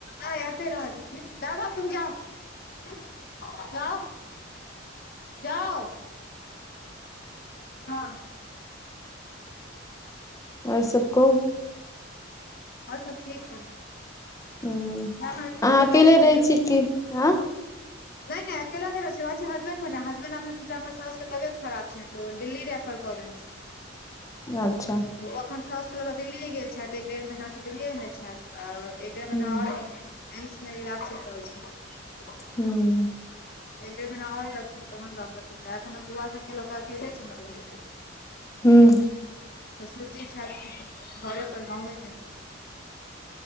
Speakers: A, on the left; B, on the left.
A: नहि एत्ते रहै छथिन दादा तुम जाओ जाओ हँ
B: आओर सब कोइ
A: आओर सब ठीक हइ
B: हूँ
A: करै बेर सुनि
B: अहाँ
A: लेने
B: अकेले
A: छियै
B: रहै कि ऐं
A: नहि नहि अकेला नहि रहै छियै हसबैंड ने हसबैंड अखैन फिर हमर साउस के तबियत खराब छै तऽ दिल्ली रेफर कऽ देने छै
B: अच्छा
A: तऽ ओ आखन साउसकेँ लऽ कऽ दिल्लिए गेल छथि एक डेढ़ महिनासँ दिल्लिए मे छथि आ एक डेढ़ महिना
B: हूँ
A: आओर लगतै एम्स मे इलाज चलि रहल छै
B: हूँ
A: <inaudible> एक डेढ़ महीना आओर लगतैन तहन वापस हेतै एखन हम बौआ सभके लऽ कऽ अकेले छियै मधुबनी मे
B: हूँ
A: तऽ सुरजी छथि घरे पर गाँव मे